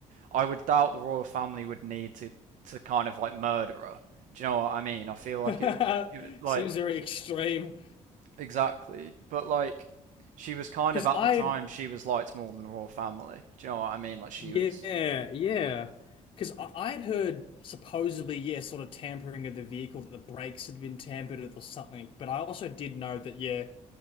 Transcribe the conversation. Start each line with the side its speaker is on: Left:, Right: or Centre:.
Right: I would doubt the royal family would need to to kind of like murder her. Do you know what I mean? I feel like
Left: <laughs>
Right: it, it like
Left: Seems very extreme.
Right: Exactly. But like she was kind
Left: Because
Right: of at
Left: I
Right: the time she was liked more than the royal family. Do you know what I mean? Like she
Left: Yeah,
Right: was
Left: yeah. Because I I'd heard supposedly, yeah, sort of tampering of the vehicle, that the brakes had been tampered with or something. But I also did know that, yeah,